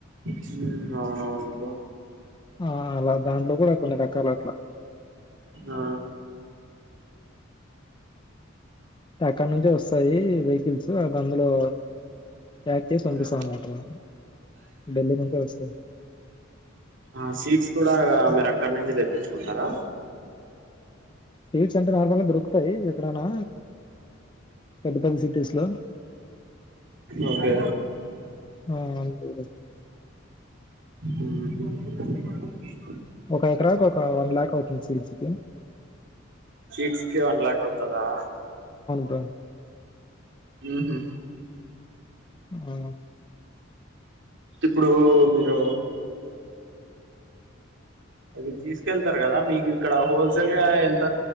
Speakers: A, on the right (about 65°); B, on the left (about 25°).
A: హ్మ్ అవునవును బ్రో
B: ఆ అలా దాంట్లో కూడా కొన్ని రకలు అట్లా
A: ఆ
B: ఎక్కడ నుంచే వస్తాయి వెహికల్స్ అవందులో ప్యాక్ చేసి పంపిస్తాం
A: ఆ
B: అనమాట మనం ఢిల్లీ నుంచే వస్తేది
A: ఆ సీడ్స్ కూడా మీరు అక్కడి నుంచే తెప్పించుకుంటారా
B: సీడ్స్ అంటే నార్మల్ గా దొరుకుతాయి ఎక్కడనా పెద్ద పెద్ద సిటీస్ లో
A: ఓకే
B: ఆ అంతే
A: ఊహ్మ్
B: ఒక ఎకరాకు ఒక వన్ లఖ్ అవుతుంది సీడ్స్ కీ
A: సీడ్స్కె వన్ లఖ్ అవుతదా
B: ప్ర
A: ఊహ్మ్
B: ఆ
A: ఇప్పుడు మీరు అది తీసుకెళ్తారు కదా మీకు ఇక్కడ హోల్సేల్ గా ఎంత